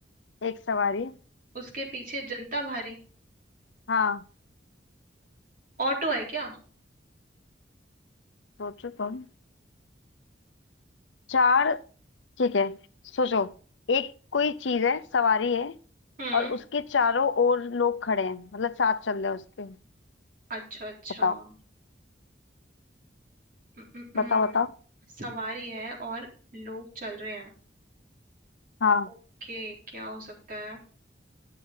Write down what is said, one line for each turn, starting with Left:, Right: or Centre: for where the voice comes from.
Left: एक सवारी
Right: उसके पीछे जनता भारी
Left: हाँ
Right: ऑटो है क्या
Left: सोचो तुम चार ठीक है सोचो एक कोई चीज है सवारी है
Right: हम्म
Left: और उसके चारों ओर लोग खड़े हैं मतलब साथ चल रहे हैं उसके
Right: अच्छा अच्छा
Left: बताओ
Right: हम्म, हम्म, हम्म,
Left: बताओ बताओ
Right: सवारी है और लोग चल रहे हैं
Left: हाँ
Right: ओके क्या हो सकता है